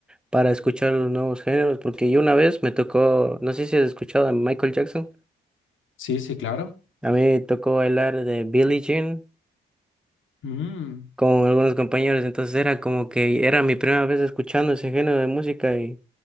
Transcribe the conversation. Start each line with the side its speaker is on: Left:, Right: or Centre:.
Centre: para escuchar los nuevos géneros, porque yo una vez me tocó, no sé si has escuchado a Michael Jackson,
Left: Sí, sí, claro.
Centre: a mí me tocó bailar de Billie Jean
Left: Mm.
Centre: con algunos compañeros, entonces era como que era mi primera vez escuchando ese género de música y